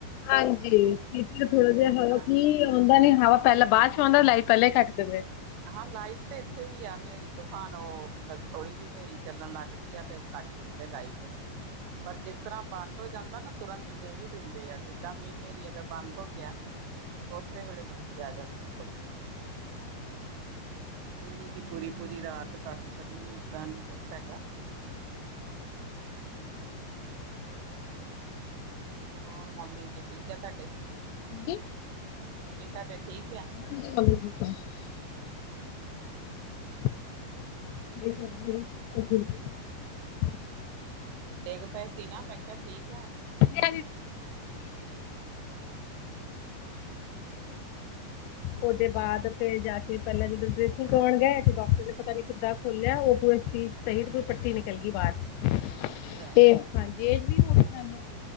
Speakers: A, on the left; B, on the right.
A: ਹਾਂਜੀ। ਇੱਥੇ ਥੋੜਾ ਜਿਹਾ
B: ਉਸ
A: ਹਵਾ
B: ਤਰ੍ਹਾਂ
A: ਕੀ, ਆਉਂਦਾ ਨੀ ਹਵਾ ਪਹਿਲਾਂ ਬਾਅਦਯ'ਚ ਆਉਂਦਾ ਲਾਇ ਈ ਪਹਿਲਾਂ ਕੱਟ ਦੇਂਦੇ।
B: ਹਾਂ, ਲਾਈਟ ਤੇ ਇੱਥੇ ਵੀ ਆ ਹਨੇਰੀ-ਤੂਫਾਨ 'ਉਹ ਮਤਲਬ ਥੋੜ੍ਹੀ ਜਿਹੀ ਹਨੇਰੀ ਚੱਲਣ ਲੱਗ ਤੇ, ਕੱਟ ਦਿੰਦੇ ਲਾਈਟ। ਪਰ, ਜਿਸ ਤਰ੍ਹਾਂ ਬੰਦ ਹੋ ਜਾਂਦਾ ਨਾ ਤੁਰੰਤ ਦੇ ਵੀ ਦਿੰਦੇ ਆ। ਜਿੱਦਾਂ, ਮੀਂਹ, ਹਨੇਰੀ ਅਗਰ ਬੰਦ ਹੋ ਗਿਆ ਓਸੇ ਵੇਲੇ ਬੱਤੀ ਆ ਜਾਂਦੀ ਫਿਰ! ਇਹ ਨੀ ਕਿ, ਪੂਰੀ- ਪੂਰੀ ਰਾਤ ਕੱਟ ਛੱਡਣੀ, ਏਦਾਂ ਨੀ ਕੁਛ ਹੈਗਾ। <inaudible> ਹੋਰ, ਮੰਮੀ ਜੀ, ਠੀਕ ਐ? ਤੁਹਾਡੇ।
A: ਕੀ?
B: ਮੰਮੀ, ਤੁਹਾਡੇ ਠੀਕ
A: <inaudible>
B: ਆ
A: <inaudible>
B: ਡੇਗ ਪਏ ਸੀ ਨਾ ਮੈਂ ਕਿਹਾ <inaudible>
A: <inaudible>
B: ਹਾਂ ਅੱਛਾ
A: ਉਹਦੇ ਬਾਅਦ ਫੇਰ ਜਾ ਕੇ ਤੇ ਪਹਿਲਾਂ ਜਦੋਂ ਕਰਵਾਉਣ ਗਏ ਤੇ ਡਾਕਟਰ ਨੇ ਪਤਾ ਨੀ ਕਿੱਦਾਂ ਖੋਲਿਆ ਉਹ ਪੂਰੇ ਸਹੀ ਕੋਈ ਪੱਟੀ ਨਿਕਲ ਗਈ ਬਾਹਰ
B: ਅੱਛਾ
A: ਤੇ ਹਾਂਜੀ ਏਜ ਵੀ ਹੋਣਨਾਂ ਨੇ